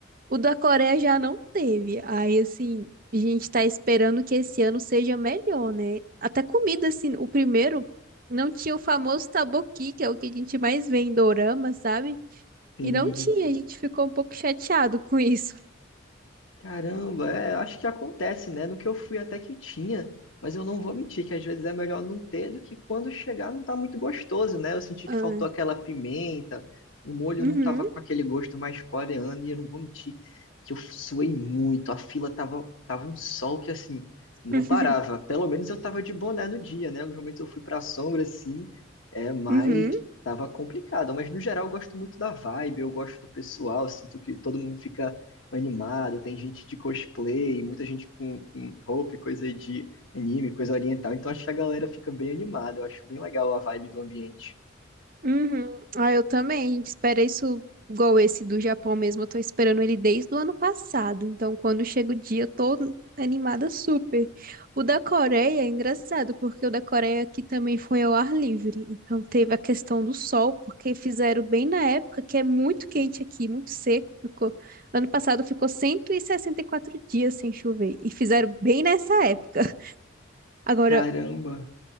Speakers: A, on the right; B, on the left.
A: O da Coreia já não teve. Aí, assim, a gente tá esperando que esse ano seja melhor, né? Até comida, assim, o primeiro não tinha o famoso taboqui, que é o que a gente mais vê em dorama, sabe?
B: Sim.
A: E não tinha, a gente ficou um pouco chateado com isso.
B: Caramba, é, acho que acontece, né? No que eu fui até que tinha, mas eu não vou mentir que às vezes é melhor não ter do que quando chegar não tá muito gostoso, né? Eu senti
A: Ah,
B: que faltou aquela pimenta, o molho
A: uhum,
B: não tava com aquele gosto mais coreano e eu não vou mentir que eu suei muito, a fila tava, tava um sol que assim, não
A: uhum.
B: parava. Pelo menos eu tava de boné no dia, né? Alguns momentos eu fui pra sombra assim, é, mas
A: uhum.
B: tava complicado. Mas no geral eu gosto muito da vibe, eu gosto do pessoal, sinto que todo mundo fica animado, tem gente de cosplay, muita gente com, com roupa e coisa de anime, coisa oriental. Então acho que a galera fica bem animada, eu acho bem legal a vibe do ambiente.
A: Uhum. Ah, eu também. A gente espera isso igual esse do Japão mesmo. Eu tô esperando ele desde o ano passado. Então, quando chega o dia, eu tô animada super. O da Coreia é engraçado, porque o da Coreia aqui também foi ao ar livre. Então, teve a questão do sol, porque fizeram bem na época que é muito quente aqui, muito seco. Ficou... Ano passado ficou cento e e sessenta e quatro dias sem chover. E fizeram bem nessa época. <laughs> Agora,
B: Caramba,